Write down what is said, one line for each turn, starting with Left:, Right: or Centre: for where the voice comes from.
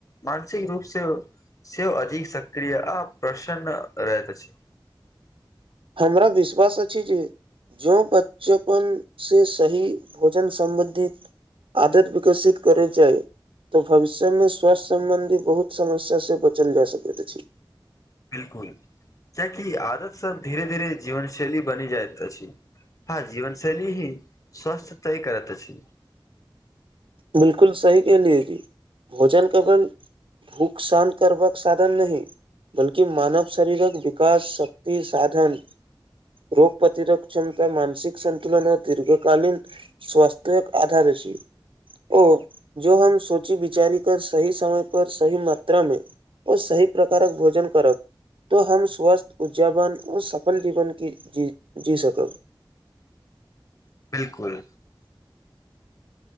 Left: मानसिक रूप से सेहो अधिक सक्रिय आ प्रसन्न रहत अछि
Right: हमरा विश्वास अछि जे जो बचपन से सही भोजन सम्बन्धि आदत विकसित करै जाइ तऽ भविष्य में स्वस्थ्य सम्बन्धी बहुत समस्या से बचल जा सकैत अछि
Left: बिल्कुल कियाकि आदत सब धीरे धीरे जीवन शैली बनि जाइत अछि हँ जीवनशैली ही स्वस्थ तय करत अछि
Right: बिल्कुल सही कहलिए जी भोजन केवल भूक शान करबाक साधन नहि बल्कि मानव शरीरक विकास शक्ति साधन रोग प्रतिरक्षन मानसिक सन्तुलन आ दीर्घकालीन स्वास्थ्यक आधा ॠषि ओ जो हम सोची विचारी कऽ सही समय पर सही मात्रामे ओ सही प्रकारक भोजन करब तो हम स्वस्थ ऊर्जावन ओ सफल जीवन की जी-जी सकब
Left: बिल्कुल